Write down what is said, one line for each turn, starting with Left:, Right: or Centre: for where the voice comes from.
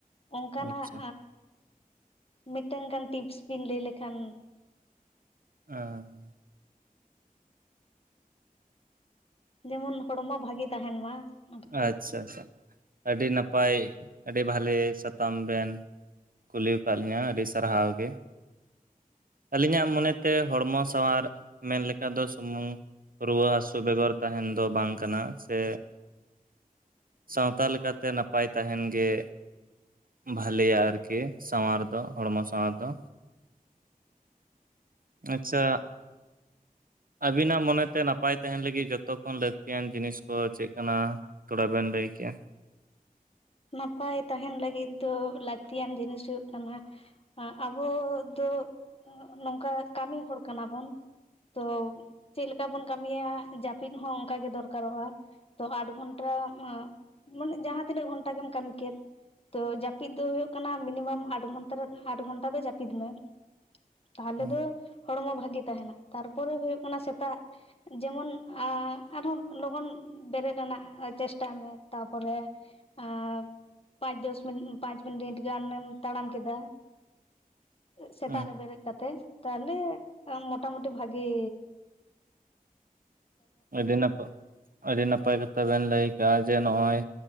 Left: ᱚᱱᱠᱟᱱᱟᱜ
Right: ᱟᱪᱪᱷᱟ ᱟᱪᱪᱷᱟ
Left: ᱢᱤᱫᱴᱟᱝ ᱜᱟᱱ ᱴᱤᱯᱥ ᱵᱤᱱ ᱞᱟᱹᱭ ᱞᱮᱠᱷᱟᱱ
Right: ᱚ
Left: ᱡᱮᱢᱚᱱ ᱦᱚᱲᱢᱚ ᱵᱷᱟᱜᱤ ᱛᱟᱦᱮᱱ ᱢᱟ ᱟᱨᱠᱤ
Right: ᱟᱪᱪᱷᱟ ᱟᱪᱪᱷᱟ ᱟᱹᱰᱤ ᱱᱟᱯᱟᱭ ᱟᱹᱰᱤ ᱵᱷᱟᱹᱞᱤ ᱥᱟᱛᱟᱢ ᱵᱮᱱ ᱠᱩᱞᱤ ᱟᱠᱟᱫ ᱞᱤᱧᱟᱹ ᱟᱹᱰᱤ ᱥᱟᱨᱦᱟᱣ ᱜᱮ ᱟᱹᱞᱤᱧᱟᱜ ᱢᱚᱱᱮᱛᱮ ᱦᱚᱲᱢᱚ ᱥᱟᱶᱟᱨ ᱢᱮᱱ ᱞᱮᱠᱟ ᱫᱚ ᱥᱩᱢᱩᱝ ᱨᱩᱣᱟᱹ ᱦᱟᱹᱥᱩ ᱵᱮᱜᱚᱨ ᱛᱟᱦᱮᱸᱱ ᱫᱚ ᱵᱟᱝ ᱠᱟᱱᱟ ᱥᱮ ᱥᱟᱶᱛᱟ ᱞᱮᱠᱟᱛᱮ ᱱᱟᱯᱟᱭ ᱛᱟᱦᱮᱸᱱ ᱜᱮ ᱵᱷᱟᱞᱮᱭᱟ ᱟᱨᱠᱤ ᱥᱟᱶᱟᱨ ᱫᱚ ᱦᱚᱲᱢᱚ ᱥᱟᱶᱟᱨ ᱫᱚ ᱟᱪᱪᱷᱟ ᱟᱵᱤᱱᱟᱜ ᱢᱚᱱᱮ ᱛᱮ ᱱᱟᱯᱟᱭ ᱛᱟᱦᱮᱸᱱ ᱞᱟᱹᱜᱤᱫ ᱡᱚᱛᱚ ᱠᱷᱚᱱ ᱞᱟᱹᱠᱛᱤᱭᱟᱱ ᱡᱤᱱᱤᱥ ᱠᱚ ᱪᱮᱫ ᱠᱟᱱᱟ ᱛᱷᱚᱲᱟ ᱵᱮᱱ ᱞᱟᱹᱭ ᱠᱮᱜᱼᱟ
Left: ᱱᱟᱯᱟᱭ ᱛᱟᱦᱮᱸᱱ ᱞᱟᱹᱜᱤᱫ ᱫᱚ ᱞᱟᱹᱠᱛᱤᱭᱟᱱ ᱡᱤᱱᱤᱥ ᱦᱩᱭᱩᱜ ᱠᱟᱱᱟ ᱟᱵᱚ ᱫᱚ ᱱᱚᱝᱠᱟ ᱠᱟᱹᱢᱤ ᱦᱚᱲ ᱠᱟᱱᱟ ᱵᱚᱱ ᱛᱚ ᱪᱮᱫ ᱞᱮᱠᱟ ᱵᱚᱱ ᱠᱟᱹᱢᱤᱭᱟ ᱡᱟᱹᱯᱤᱫ ᱦᱚᱸ ᱚᱱᱠᱟᱟᱜ ᱜᱮ ᱫᱚᱨᱠᱟᱨᱚᱜ-ᱟ ᱛᱚ ᱟᱴ ᱜᱷᱚᱱᱴᱟ ᱢᱟᱱᱮ ᱡᱟᱦᱟᱸ ᱛᱤᱱᱟᱹᱜ ᱜᱷᱚᱱᱴᱟ ᱜᱮᱢ ᱠᱟᱹᱢᱤ ᱠᱮᱫ ᱛᱚ ᱡᱟᱹᱯᱤᱫ ᱫᱚ ᱦᱳᱭᱳᱜ ᱠᱟᱱᱟ ᱢᱤᱱᱤᱢᱟᱢ ᱟᱴ ᱜᱷᱚᱱᱴᱟ ᱫᱚ ᱡᱟᱹᱯᱤᱫ ᱢᱮ ᱛᱟᱦᱚᱞᱮ
Right: ᱦᱩᱸ
Left: ᱫᱚ ᱦᱚᱲᱢᱚ ᱵᱷᱟᱜᱮ ᱛᱟᱦᱮᱱᱟ ᱛᱟᱨᱯᱚᱨᱮ ᱦᱩᱭᱩᱜ ᱠᱟᱱᱟ ᱥᱮᱛᱟᱜ ᱡᱮᱢᱚᱱ ᱟᱨᱦᱚᱸ ᱞᱚᱜᱚᱱ ᱵᱮᱨᱮᱫ ᱨᱮᱱᱟᱜ ᱪᱮᱥᱴᱟᱭ ᱢᱮ ᱛᱟᱨᱯᱚᱨᱮ ᱟᱨ ᱯᱟᱸᱪ ᱫᱚᱥ ᱯᱟᱸᱪ ᱢᱤᱱᱤᱴ ᱜᱟᱱᱮᱢ ᱛᱟᱲᱟᱢ ᱠᱮᱫᱟ ᱥᱮᱛᱟᱜ
Right: ᱦᱩᱸ
Left: ᱨᱮ ᱵᱮᱨᱮᱫ ᱠᱟᱛᱮ ᱛᱟᱦᱚᱞᱮ ᱢᱳᱚᱴᱟᱢᱩᱴᱤ ᱵᱷᱟᱹᱜᱤ
Right: ᱟᱹᱰᱤ ᱱᱟᱯᱟᱭ ᱟᱹᱰᱤ ᱱᱟᱯᱟᱭ ᱠᱟᱛᱷᱟ ᱵᱮᱱ ᱞᱟᱹᱭ ᱟᱠᱟᱜ-ᱟ ᱡᱮ ᱱᱚᱜᱼᱚᱭ